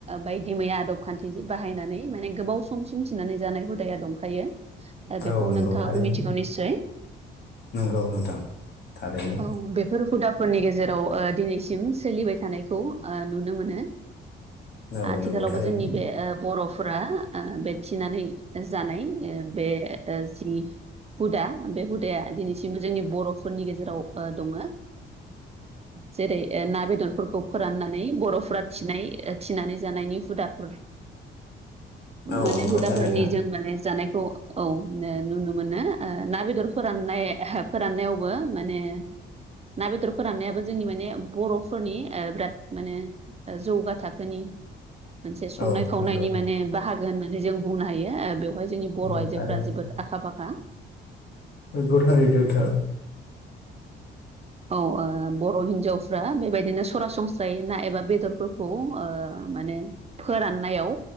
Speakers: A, on the right; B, on the left.
A: बायदि मैया आदब खान्थि जि बाहायनानै माने गोबाव समसिम थिनानै जानाय हुदाया दंखायो ए बेखौनथाबो
B: औ नंगौ थारैनो
A: मिथिगौ निसय
B: नंगौ नोंथां थारैनो
A: औ बेफोर हुदाफोरनि गेजेराव दिनैसिम सोलिबाय थानायखौ नुनो मोनो
B: औ
A: आथिखालावबो
B: नंगौ थारैनो
A: जोंनि बे बर'फोरा बे थिनानै जानाय बे जि हुदा बे हुदाया दिनैसिमबो जोंनि बर'फोरनि गेजेराव दङ जेरै ना बेदरफोरखौ फोराननानै बर'फोरा थिनाय थिनानै जानायनि हुदाफोर
B: औ
A: माने
B: नंगौ
A: हुदाफोरनि
B: थारैनो
A: जों माने जानायखौ औ नुनो मोनो ना बेदर फोराननाय फोराननायावबो माने ना बेदर फोराननायाबो जोंनि माने बर'फोरनि बिराद माने जौगाथार मोनसे संनाय
B: औ
A: खावनायनि
B: नंगौ
A: माने बाहागो होननानै जों बुंनो हायो बे बेवहाय जोंनि बर'
B: नंगौ
A: आइजोफ्रा
B: थारैनो
A: जोबोद आखा फाखा
B: गथारि दोगथा
A: औ बर' हिनजावफ्रा बेबायदिनो सरासनस्रायै ना एबा बेदरफोरखौ माने फोराननायाव